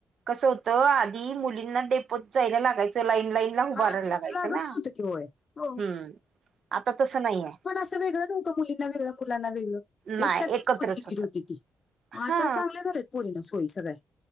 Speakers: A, on the right (about 50°); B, on the left (about 30°).
A: कसं होतं आधी मुलींना डेपोत जायला लागायचं लाईन लाईन ला उभारायला
B: हा तेच
A: लागयचं
B: की लागतच
A: ना हम्म
B: होतं की होय हो
A: आता तसं नाहीये
B: असंेगळं नवतं मुलीं वगळं मुलां वेळं
A: नाही
B: एकसारखीच
A: एकत्रच
B: फुल तिकीट
A: होतात
B: होती ती
A: हा
B: आता चांगले झालेत पोरी ना सोयी सगळ्या